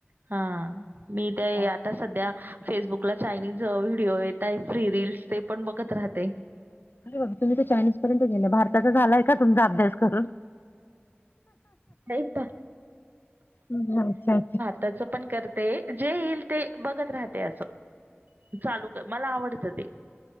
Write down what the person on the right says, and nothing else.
हा. मी ते
आता सध्या फेसबुकला चायनीज व्हिडिओ येत आहे, फ्रि रील्स ते पण बघत राहते.
नाही का
त्याच पण करते. जे येईल ते बघत राहते असं, चालू कर मला आवडतं ते